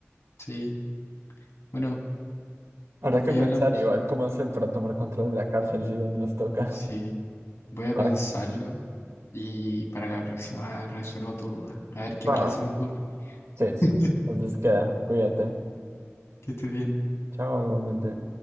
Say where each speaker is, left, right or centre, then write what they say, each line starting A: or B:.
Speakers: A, on the left; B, on the right.
A: sí. Bueno,
B: Habrá que
A: ahí
B: pensar
A: hablamos.
B: igual cómo hacer para tomar control de la cárcel si cuando nos toca.
A: Sí, voy a pensarlo
B: <laughs>
A: y para la próxima resuelvo tu duda. A ver qué
B: Va,
A: plan
B: va.
A: se me ocurre.
B: Sí, sí.
A: <laughs>
B: Entonces queda, cuídate.
A: Que estés bien.
B: Chao, igualmente.